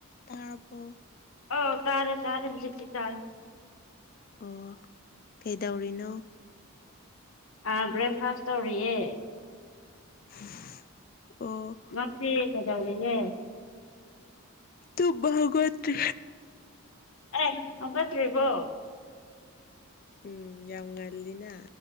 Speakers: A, on the left; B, on the left.
A: ꯇꯄꯣ
B: ꯍ ꯇꯥꯔꯦ ꯇꯥꯔꯦꯁꯤ ꯇꯥꯔꯦ
A: ꯑꯣ ꯀꯩꯗꯧꯔꯤꯅꯣ
B: ꯑꯥ ꯕ꯭ꯔꯦꯛꯐꯥꯁ ꯇꯧꯔꯤꯌꯦ
A: <inaudible> ꯑꯣ
B: ꯅꯪꯗꯤ ꯀꯩꯗꯧꯔꯤꯒꯦ꯫
A: ꯇ ꯒ ꯇ
B: ꯑꯦ ꯍꯧꯒꯠꯇ꯭ꯔꯤꯕꯣ
A: ꯎꯝ ꯌꯥꯝ ꯉꯜꯂꯤꯅ